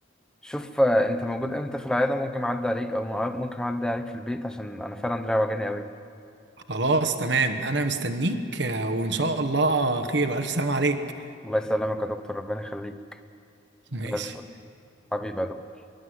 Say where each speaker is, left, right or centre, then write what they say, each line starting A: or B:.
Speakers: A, in the centre; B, on the right (about 65°).
A: شوف آه، انت موجود امتى في العياده ممكن اعدي عليك او مع- ممكن اعدي عليك في البيت عشان انا فعلا دراعي وجعني قوي
B: خلاص تمام انا مستنيك آه، وان شاء الله خير والف سلام عليك
A: الله يسلمك يا دكتور ربنا يخليك
B: ماشي
A: زي الفل حبيبي يا دكتور